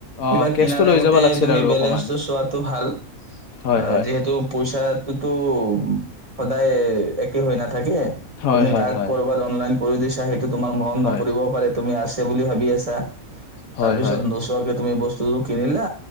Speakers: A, on the left; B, on the right.
A: অ'
B: কিবা
A: কেছটো
B: কিনাৰ
A: লৈ
B: আগতে
A: যাব লাগছিল
B: তুমি
A: আৰু
B: বেলেঞ্চটো
A: অকমান
B: চোৱাতো ভাল,
A: হয়
B: আ
A: হয়
B: যিহেতু পইচাটো ত' সদায় একে হৈ নাথাকে,
A: হয়
B: তুমি
A: হয়
B: কাক
A: হয়
B: ক'ৰবাত অনলাইন কৰি দিছ তোমাৰ মৰণ
A: হয়
B: নপৰিবও পাৰে তুমি আছ সেই বুলি ভাবি আছা।
A: হয়
B: তাৰপিছত
A: হয়
B: নোচোৱাকে তুমি বস <unintelligible> কিনিলা